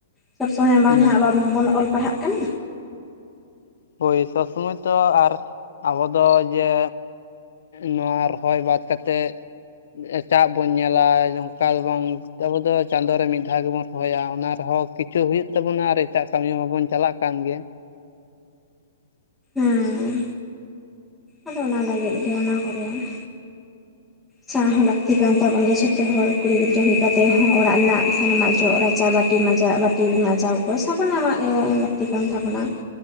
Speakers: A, in the centre; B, on the left.
A: ᱥᱚᱵᱽ ᱥᱚᱢᱚᱭ ᱵᱟᱝ
B: ᱦᱩᱸ
A: ᱦᱟᱸᱜ ᱟᱵᱚ ᱵᱚᱱ ᱚᱞ ᱯᱟᱲᱦᱟᱜ ᱠᱟᱱᱟ᱾
B: ᱦᱳᱭ ᱥᱚᱢᱚᱭ ᱛᱚ ᱟᱨ ᱟᱵᱚ ᱡᱮ ᱱᱚᱣᱟ ᱨᱚᱦᱚᱭ ᱵᱟᱫ ᱠᱟᱛᱮᱜ ᱮᱴᱟᱜ ᱵᱚᱱ ᱧᱮᱞᱟ ᱚᱱᱠᱟ ᱫᱚ ᱵᱟᱝ ᱟᱵᱚᱫ ᱫᱚ ᱪᱟᱸᱫᱳ ᱨᱮ ᱢᱤᱫ ᱫᱷᱟᱣ ᱜᱮᱵᱚᱱ ᱨᱚᱦᱚᱭᱟ ᱚᱱᱟ ᱨᱮᱦᱚᱸ ᱦᱚᱪᱚ ᱦᱩᱭᱩᱜ ᱛᱟᱵᱚᱱᱟ ᱟᱨ ᱮᱴᱟᱜ ᱠᱟᱹᱢᱤ ᱢᱟᱵᱚᱱ ᱪᱟᱞᱟᱜ ᱠᱟᱱ ᱜᱮ᱾
A: ᱦᱮᱸ᱾ ᱟᱫᱚ ᱚᱱᱟ ᱞᱟᱹᱜᱤᱫ ᱜᱮ ᱚᱱᱟ ᱠᱚᱫᱚ ᱾ ᱪᱟᱸ ᱦᱚᱸ ᱞᱟᱹᱠᱛᱤ ᱠᱟᱱ ᱛᱟᱵᱚᱱ ᱜᱮᱭᱟ ᱡᱷᱚᱛᱚ ᱦᱚᱲ ᱠᱩᱲᱤ ᱜᱤᱫᱽᱨᱟᱹ ᱦᱩᱭ ᱠᱟᱛᱮᱜ ᱦᱚᱸ ᱚᱲᱟᱜ ᱨᱮᱱᱟᱜ ᱥᱟᱱᱟᱢᱟᱜ ᱡᱚᱜ ᱨᱟᱪᱟᱵᱟᱴ ᱵᱟᱴᱤ ᱢᱟᱡᱟᱣ ᱵᱟᱴᱤ ᱢᱟᱡᱟᱣ ᱠᱚ ᱥᱟᱵᱩᱱ ᱟᱢᱟᱜ ᱞᱟᱹᱠᱛᱤ ᱠᱟᱱ ᱛᱟᱵᱚᱱᱟ᱾